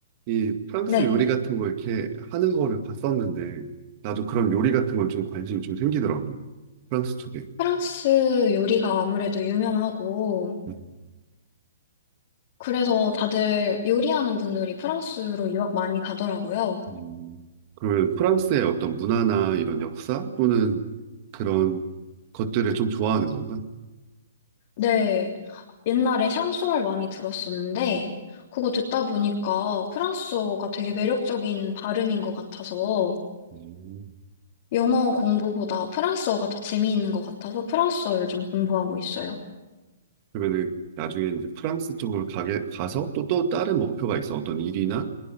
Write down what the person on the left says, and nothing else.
네.
프랑스 요리가 아무래도 유명하고,
그래서 다들 요리하는 분들이 프랑스로 유학 많이 가더라고요.
네, 옛날에 샹송을 많이 들었었는데, 그거 듣다 보니까 프랑스어가 되게 매력적인 발음인 것 같아서,
영어 공부보다 프랑스어가 더 재미있는 것 같아서 프랑스어 요즘 공부하고 있어요.